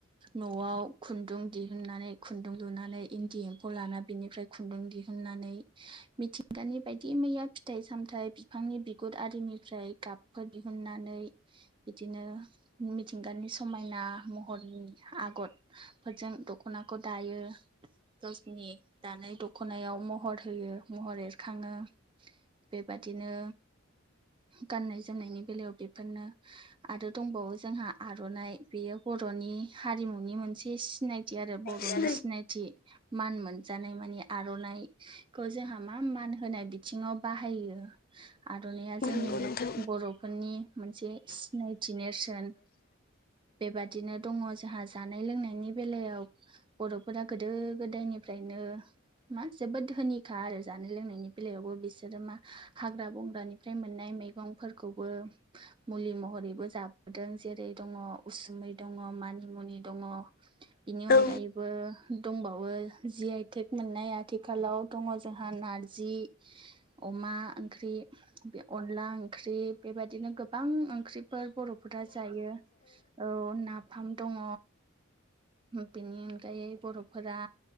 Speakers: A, on the right; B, on the left.
A: न'आव खुन्दुं दिहुननानै खुन्दुं लुनानै इन्दि एम्फौ लाना बेनिफ्राय खुन्दुं दिहुननानै मिथिंगानि बायदि मैया फिथाइ सामथायाइ बिफांनि बिगुर आरिनिफ्राय गाब फोर दिहुननानै बिदिनो मिथिंगानि समायना महरनि आगर फोरजों दख'नाखौ दायो गावसनि दानाय दख'नायाव महर होयो महर एरखाङो बेबादिनो गाननाय जोमनायनि बेलायाव बे बेफोरनो आरो दंबावो जोंहा आर'नाइ बेयो बर'नि हारिमुनि मोनसे सिनायथि आरो बर'नि
B: सिनाय
A: सिनायथि मान मोनजानाय मानि आर'नाइखौ जोंहा मा मान होनाय बि आथिङाव बाहायो आर'नाइया जोंनि
B: नंगौ नोंथां
A: बर'फोरनि मोनसे सिनायथि नेरसोन बेबादिनो दङ जोंहा जानाय लोंनायनि बेलायाव बर'फोरा गोदो गोदायनिफ्रायनो मा जोबोद धोनिखा आरो जानाय लोंनायनि बेलायावबो बिसोरो मा हाग्रा बंग्रानिफ्राय मोननाय मैगंफोरखौबो मुलि महरैबो जाबोदों जेरै दङ उसुमै दङ मानिमुनि दङ बिनि अनगायैबो
B: औ
A: दंबावो जि आइ थेक मोननाय आथिखालाव दङ जोंहा नारजि अमा ओंख्रि अनला ओंख्रि बेबायदििनो गोबां ओंख्रिफोर बर'फोरा जायो औ नाफाम दङ बेनि अनगायै बर'फोरा